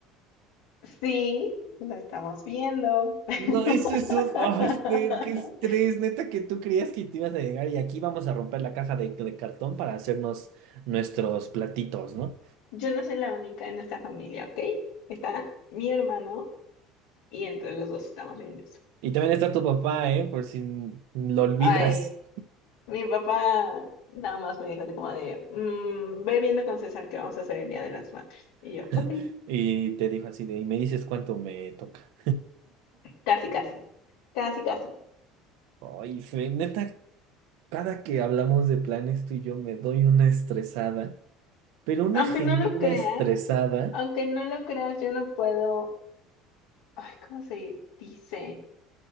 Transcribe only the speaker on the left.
sí, lo estamos viendo. <laughs>
Yo no soy la única en esta familia, ¿ok? Está mi hermano y entre los dos estamos viendo eso.
Ay. Mi papá nada más me dijo así como de, "Mm, ve viendo con César que vamos a hacer el Día de las Madres. Y yo,
ok,
casi, casi, casi, casi.
Aunque
no lo creas,
aunque no lo creas, yo no puedo, ay, ¿cómo se dice?